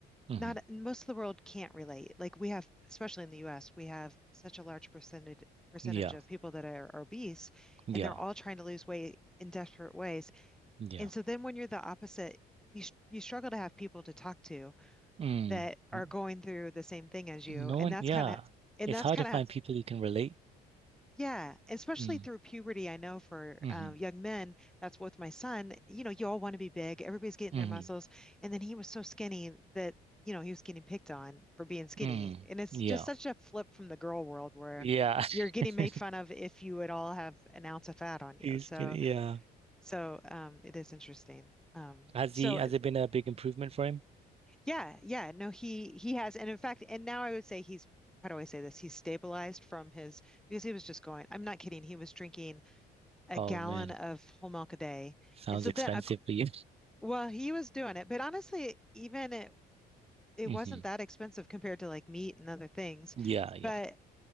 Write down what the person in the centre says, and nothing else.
not most of the world can't relate. Like we have, especially in the US, we have such a large percentage percentage
of people that are obese
and they're all trying to lose weight in desperate ways
and so then when you're the opposite, you you struggle to have people to talk to
that are
going through the same thing as you.
And that's
kind of and
that's
kind
of
yeah, especially
through puberty, I know for
uh, young men, that's with my son, you know, you all want to be big, everybody's getting
their muscles, and then he was so skinny that you know, he was getting picked on for being skinny.
And it's
just such a flip from the girl world where
you're getting
made fun of if you at all have an ounce of fat on
you. So
so um, it is interesting. Um,
so
Yeah, yeah. No, he he has, and in fact, and now I would say he's, how do I say this? He's stabilized from his because he was just going, I'm not kidding, he was drinking a
gallon
of whole milk a day.
And so
then a,
well, he was doing it, but honestly, even it it
wasn't that expensive compared to like meat and other things.
But